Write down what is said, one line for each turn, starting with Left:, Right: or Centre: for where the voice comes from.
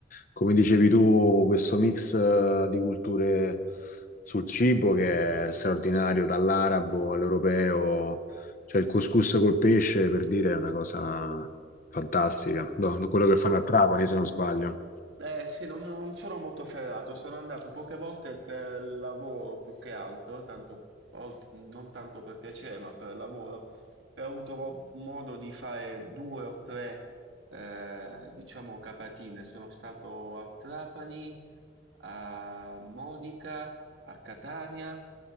Left: come dicevi tu, questo mix eh, di culture sul cibo che è straordinario, dall'arabo all'europeo, cioè il couscous col pesce per dire è una cosa fantastica, No, no,
Right: Sì,
Left: quello che fanno
Right: sì,
Left: a
Right: sì.
Left: Trapani se non sbaglio.
Right: Eh sì, non, non sono molto ferrato, sono andato poche volte per lavoro più che altro, tanto, olt- non tanto per piacere, ma per lavoro, e ho avuto mo- modo di fare due o tre, eh, diciamo, capatine. Sono stato a Trapani, a Modica, a Catania